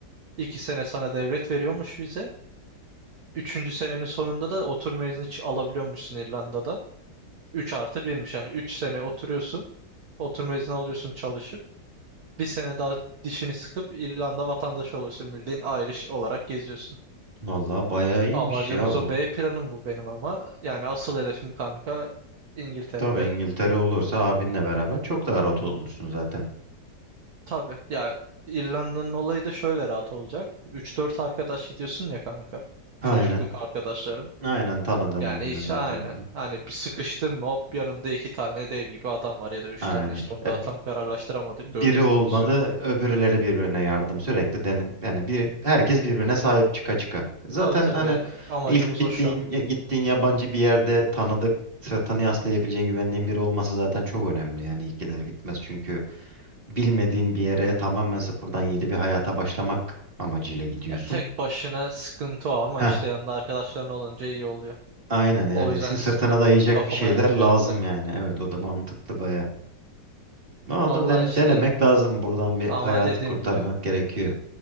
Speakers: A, on the right; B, on the right.
A: İki sene sana devlet veriyormuş vize. Üçüncü senenin sonunda da oturma izni ç- alabiliyormuşsun İrlanda'da. Üç artı birmiş yani üç sene oturuyorsun. Oturma izni alıyorsun çalışıp. Bir sene daha dişini sıkıp İrlanda vatandaşı olursun. Bildiğin Irish olarak geziyorsun.
B: Vallahi bayağı iyiymiş
A: Amacımız
B: ya o.
A: o B planım bu benim ama. Yani asıl hedefim kanka İngiltere'de.
B: Tabii İngiltere olursa abinle beraber çok daha rahat olursun zaten.
A: Tabii ya İrlanda'nın olayı da şöyle rahat olacak. Üç dört arkadaş gidiyorsun ya kanka.
B: Aynen.
A: Çocukluk arkadaşların.
B: Aynen tanıdığım
A: Yani
B: birbirine
A: hiç
B: zaten.
A: aynen. Hani bir sıkıştın mı hop yanında iki tane dev gibi adam var ya da üç
B: Aynen.
A: tane işte onu daha
B: E,
A: tam kararlaştıramadık.
B: biri
A: Dördüncümüz
B: olmadı,
A: yok.
B: öbürleri birbirine yardım sürekli dene- yani bir herkes birbirine sahip çıka çıka. Zaten
A: Tabii tabii
B: hani
A: amacımız
B: ilk bittiğin
A: o şu an.
B: ya- gittiğin yabancı bir yerde tanıdık sırtını yaslayabileceğin güvendiğin biri olması zaten çok önemli. Yani ilk gider gitmez çünkü bilmediğin bir yere tamamen sıfırdan yeni bir hayata başlamak amacıyla gidiyorsun.
A: Ya tek başına sıkıntı o ama
B: Heh,
A: işte yanında arkadaşların olunca iyi oluyor.
B: aynen yani
A: O yüzden
B: sı-
A: s-
B: sırtına dayayacak
A: kafama
B: bir şeyler
A: yattı
B: lazım
A: benim de.
B: yani. Evet o da mantıklı baya. Ama
A: Allah
B: da den-
A: işte
B: denemek lazım buradan bir
A: ama
B: hayatı
A: dediğim
B: kurtarmak
A: gibi
B: gerekiyor